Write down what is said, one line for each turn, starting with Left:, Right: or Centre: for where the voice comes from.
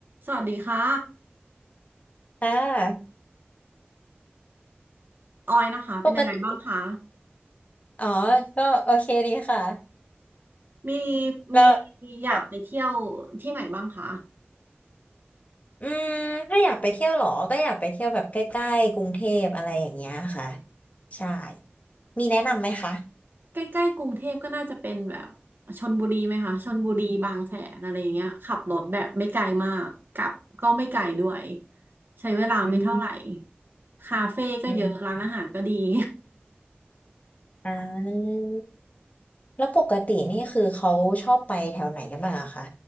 Right: สวัสดีค่ะ
Left: ค่ะ
Right: ออยนะคะเป็นยังไงบ้างคะ
Left: ปกติอ๋อก็โอเคดีค่ะ
Right: มี
Left: แล้ว
Right: มีมีอยากไปเที่ยวที่ไหนบ้างคะ
Left: ค่ะอืมถ้าอยากไปเที่ยวเหรอก็อยากไปเที่ยวแบบใกล้ๆกรุงเทพอะไรอย่างเงี้ยค่ะใช่มีแนะนำไหมคะ
Right: ใกล้ๆกรุงเทพก็น่าจะเป็นแบบชลบุรีไหมคะชลบุรีบางแสนอะไรอย่างเงี้ยขับรถแบบไม่ไกลมากกลับก็ไม่ไกลด้วยใช้เวลาไม่เท่าไหร่
Left: อืม
Right: คาเฟ่ก็เยอะร้านอาหารก็ดี
Left: อืม
Right: <laughs>
Left: อ่าแล้วปกตินี่คือเขาชอบไปแถวไหนกันบ้างอะคะ